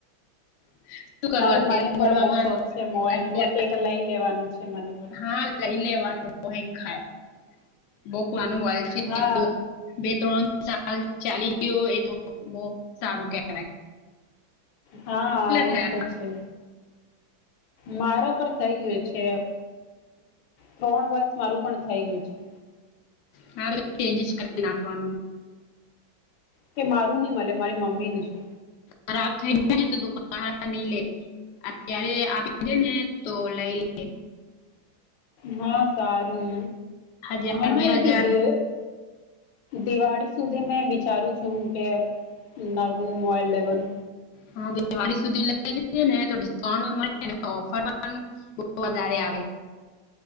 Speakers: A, on the left; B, on the left.
A: <inaudible>
B: અરે
A: અત્યારે
B: મને પણ
A: બોલવામાં
B: બહુ શોખ છે, મોબાઈલ
A: અત્યારે
B: નું એક લઈ લેવાનું છે, મને તો.
A: હા, લઈ લેવાનું ખાય બહ પુરાનું વાલ છે.
B: હા
A: બે ત્રણ સાલ ચાલી ગયો, એ તો બહ સારું કેહેવાય.
B: હા,
A: થયા
B: એ તો છે, મારા પર થઈ ગયું છે એમ. ત્રણ વર્ષ મારું પણ થઈ ગયું છે.
A: હા, ચેન્જસ કરી નાખવાનું.
B: કે, મારું નહી મળે મારી મમ્મી નું છે.
A: ખરાબ થઈ જાય ને, તો દુકાન નહી લે. અત્યારે આપી દે ને તો લઈ લે.
B: હા, સારું
A: હજાર
B: હમણાંથી
A: બે હજાર
B: દ દિવાળી- - સુધી મેં વિચારું છું કે, નવું મોબાઇલ લેવનું.
A: હા, દિવાળી સુધી લઈ જે ને તો ડિસ્કાઉન્ટ મળે ઓફર પણ- - બહ વધારે આવે.